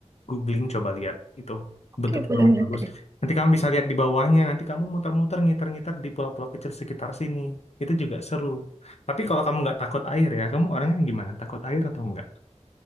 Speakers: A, on the left; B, on the right.
A: googling coba lihat itu
B: Oke,
A: bentuknya
B: boleh
A: lumayan
B: banget
A: bagus.
B: ya.
A: Nanti kamu bisa lihat di bawahnya. Nanti kamu muter-muter ngiter-ngiter di pulau-pulau kecil sekitar sini. Itu juga seru. Tapi kalau kamu nggak takut air ya, kamu orangnya gimana? Takut air atau nggak